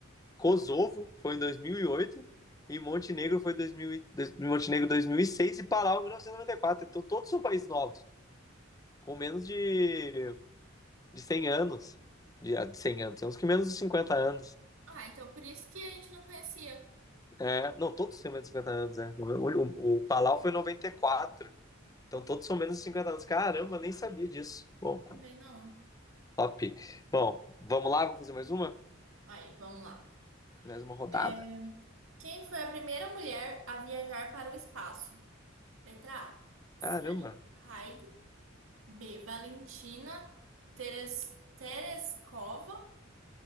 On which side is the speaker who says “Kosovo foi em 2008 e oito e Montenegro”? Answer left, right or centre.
Left